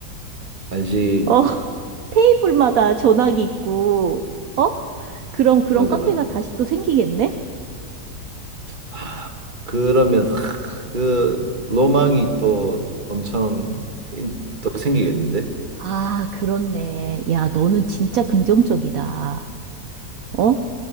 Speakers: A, on the right (about 30°); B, on the right (about 60°).
A: 알지.
B: 어, <laughs> 테이블마다 전화기 있고, 어? 그럼 그런
A: 맞아,
B: 카페가
A: 맞아.
B: 다시 또 생기겠네?
A: 아, 그러면 하, 그 로망이 또 엄청 인- 또 생기겠는데?
B: 아, 그렇네. 야, 너는 진짜 긍정적이다. 어?